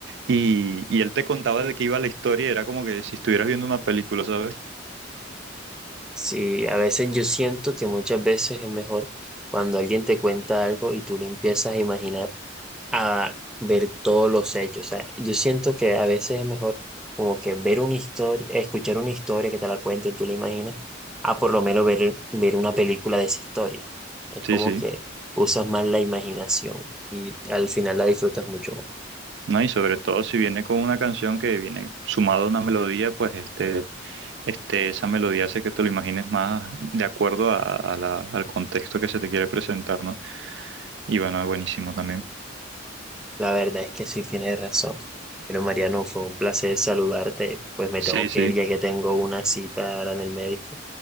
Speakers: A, on the right; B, in the centre.
A: y, y él te contaba de qué iba la historia y era como que si estuvieras viendo una película, ¿sabes?
B: Sí, a veces yo siento que muchas veces es mejor cuando alguien te cuenta algo y tú le empiezas a imaginar a ver todos los hechos. O sea, yo siento que a veces es mejor como que ver una historia, escuchar una historia que te la cuenten, tú la imaginas, a por lo menos ver, ver una película de esa historia. Es
A: Sí,
B: como
A: sí.
B: que usas más la imaginación y al final la disfrutas mucho más.
A: ¿no? Y sobre todo si viene con una canción que viene sumada a una melodía, pues este, este, esa melodía hace que te lo imagines más de acuerdo a, a la- al contexto que se te quiere presentar, ¿no? Y bueno, es buenísimo también.
B: La verdad es que sí tienes razón. Pero Mariano, fue un placer saludarte. Pues me
A: Sí,
B: tengo que
A: sí,
B: ir ya que tengo una cita ahora en el médico.